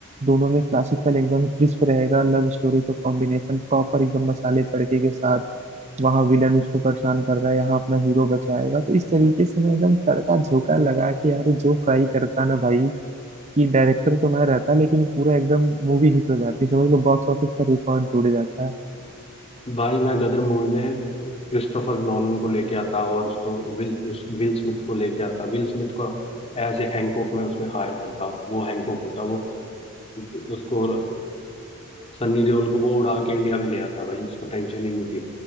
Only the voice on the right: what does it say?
दोनों में क्लासिकल एकदम क्रिस्प रहेगा लव स्टोरी का कॉम्बिनेशन प्रॉपर एकदम मसाले तड़के के साथ वहाँ विलन उसको परेशान कर रहा है यहाँ अपना हीरो बचाएगा तो इस तरीके से मैं एकदम तड़का झोंका लगा के यार जो फ्राई करता ना भाई कि डायरेक्टर तो मैं रहता लेकिन पूरा एकदम मूवी हिट हो जाती समझ लो बॉक्स ऑफिस का रिकॉर्ड जुड़ जाता है